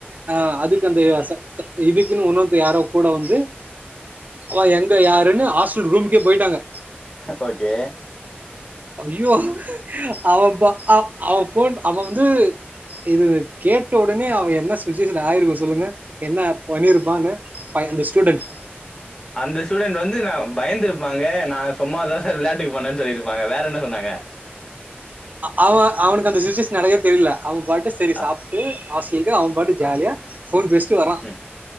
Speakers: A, on the right; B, on the left.
A: ஆ அதுக்கு அந்த ச த இதுக்குன்னு உணர்ந்து யாரோ கூட வந்து அவ எங்க யாருன்னு ஹாஸ்டல் ரூமுக்கே போயிட்டாங்க
B: ஹ ஓகே
A: ஐயோ அவ பா ஆ அவ ஃபோன் அவ வந்து இது கேட் ட ஒடனே அவ என்ன சுச்சுவேஷன்ல ஆயிருக்கு சொல்லுங்க என்ன பண்ணிருப்பான்னு ஃபை அந்த ஸ்டூடெண்ட்
B: அந்த ஸ்டூடண்ட் வந்து ந பயந்துருப்பாங்க நா சும்மா தா சார் விளையாட்டுக்கு பண்ணேன்னு சொல்லிருப்பாங்க வேற என்ன சொன்னாங்க
A: அவ அவனுக்கு அந்த சுச்சுவேஷன் நடக்கறதே தெரியல அவ பாட்டு செரி
B: ஆ
A: சாப்ட்டு ஹாஸ்டலுக்கு அவ பாட்டு ஜாலியா
B: ஆ
A: ஃபோன் பேசிட்டு வரா
B: ம்